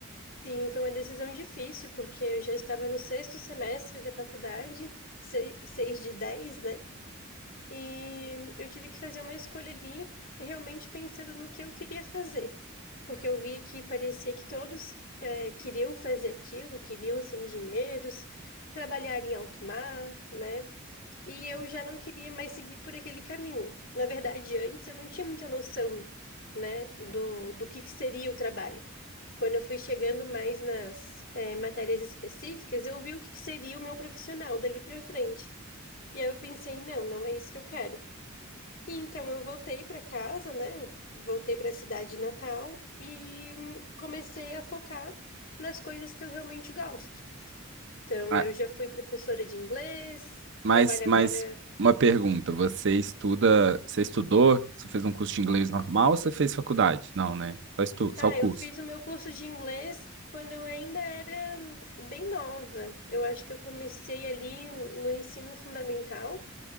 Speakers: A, on the left; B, on the right.
A: Sim, foi uma decisão difícil, porque eu já estava no sexto semestre da faculdade, se- seis de dez, né? E eu tive que fazer uma escolha ali, realmente pensando no que eu queria fazer. Porque eu via que parecia que todos, eh, queriam fazer aquilo, queriam ser engenheiros, trabalhar em alto mar, né? E eu já não queria mais seguir por aquele caminho. Na verdade, antes eu não tinha muita noção, né, do, do que que seria o trabalho. Quando eu fui chegando mais nas eh, matérias específicas, eu vi o que que seria o meu profissional dali para frente. E aí eu pensei, não, não é isso que eu quero. E então eu voltei para casa, né, eu voltei para a cidade natal e hum, comecei a focar nas coisas que eu realmente gosto. Então,
B: Ah,
A: eu já fui professora de inglês,
B: Mas,
A: trabalho
B: mas
A: agora
B: uma pergunta: você estuda, você estudou? Você fez um curso de inglês normal ou você fez faculdade? Não, né? Só estu... só
A: Ah,
B: o curso.
A: eu fiz o meu curso de inglês quando eu ainda era bem nova. Eu acho que eu comecei ali no ensino fundamental